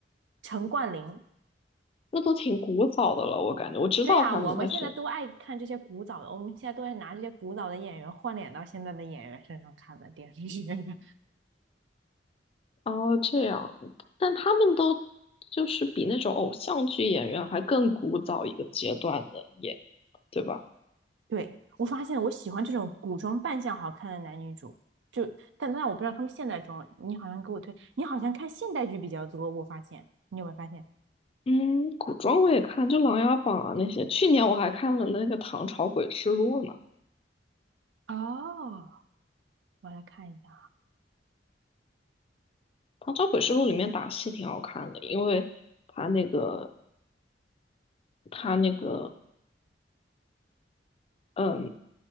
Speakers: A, on the right; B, on the left.
A: 陈冠霖。
B: 那都挺古早的了，我感觉我知道他们，
A: 对呀，我们现在都爱看这些古早的，
B: 但是
A: 我们现在都爱拿这些古早的演员换脸到现在的演员身上看的电视剧。<laughs>
B: 哦，这样，但他们都就是比那种偶像剧演员还更古早一个阶段的演员，对吧？
A: 对，我发现我喜欢这种古装扮相好看的男女主，就但但我不知道他们现代装，你好像给我推，你好像看现代剧比较多，我发现你有没有发现？
B: 嗯，古装我也看，就《琅琊榜》啊那些。去年我还看了那个《唐朝诡事录》呢，
A: 哦，我来看一下，
B: 《唐朝诡事录》里面打戏挺好看的，因为他那个他那个嗯，